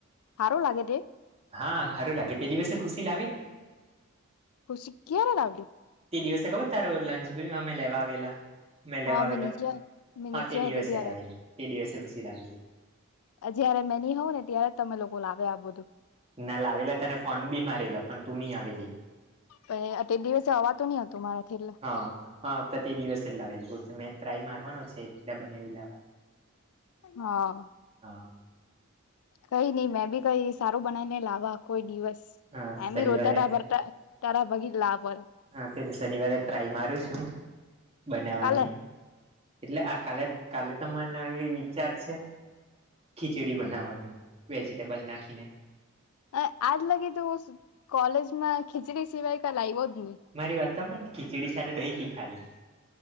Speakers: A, on the left (about 80°); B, on the right (about 30°).
A: હારો લાગે?
B: હા સારું લાગે તે દિવસે ખુશી લાવી.
A: ખુશી ક્યારે લાવી?
B: તે દિવસે ખબર તારો લંચ અમે લેવા આવેલા. મેં લેવાવેલો
A: હા નીચે મેં
B: હા
A: નીચે
B: તે દિવસે
A: હતી ત્યારે
B: લાવેલી તે દિવસે ઘુસી લાવેલી.
A: જયારે મેની હોઉં ને ત્યારે જ તમે લોકો લાગે આવું બધું.
B: ના લાવેલા તને ફોન બી મારેલો પણ તું નહી આવેલી.
A: પણ તે દિવસે આવવાતું નહી હતું મારા એટલે.
B: હા હા તો તે દિવસે જ લાવે લું મે ટ્રાય મારવાનો છે બનાવી લાવવા.
A: હા.
B: હા.
A: કઈ નઈ મેં બી કઈ સારું બનાવીને લાવવા કોઈ દિવસ
B: હા
A: એમ
B: શનિવારે
A: બી રોતા ત ભરતા. તારા બગીલા પર.
B: હા તેને શનિવારે ટ્રાય મારું છું બનાવવાની.
A: કાલે
B: એટલે આ કાલે કાલે તો મને એ વિચાર છે. ખીચડી બનાવવાની વેજીિટેબલ નાખીને.
A: આજ લાગી તું કોલેજમાં ખીચડી સિવાય કઈ લાવ્યો જ નહી.
B: મારી વાત તો પણ ખીચડી સાથે દહી તિખારી